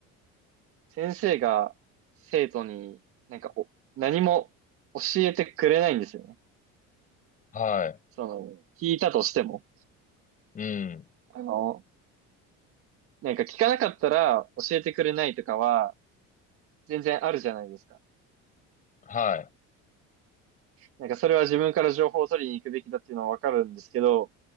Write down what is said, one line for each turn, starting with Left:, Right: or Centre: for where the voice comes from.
Right: 先生が生徒になんかお、何も教えてくれないんですよね。
Left: はい。
Right: その、聞いたとしても。
Left: うん。
Right: あの、なんか聞かなかったら教えてくれないとかは全然あるじゃないですか。
Left: はい。
Right: なんかそれは自分から情報を取りに行くべきだっていうのはわかるんですけど、